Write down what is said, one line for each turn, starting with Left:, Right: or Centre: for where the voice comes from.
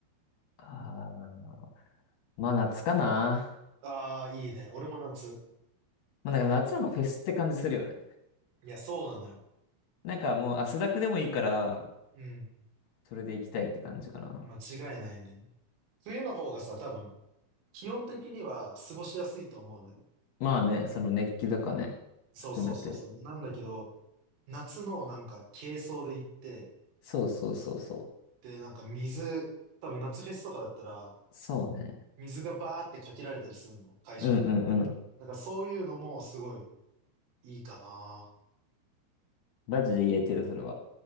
Left: ああ、まあ夏かな。
Right: ああー、いいね。俺も夏。
Left: まあなんか夏の方がフェスって感じするよね。
Right: いや、そうなのよ。
Left: なんかもう汗だくでもいいから、
Right: うん。
Left: それで行きたいって感じかな。
Right: 間違いないね。冬の方がさ、多分、気温的には過ごしやすいと思うのよ。
Left: まあね、その熱気とかね、
Right: そうそうそうそう。
Left: 含めて。
Right: なんだけど、夏のなんか軽装で行って、
Left: そうそうそうそ
Right: で、なんか水、多分夏フェスとかだったら、
Left: う。そうね。
Right: 水がバーってかけられたりすんの、会場に。
Left: うんうんうん。
Right: なんかそういうのもすごいいいかな。
Left: マジで言えてる、それは。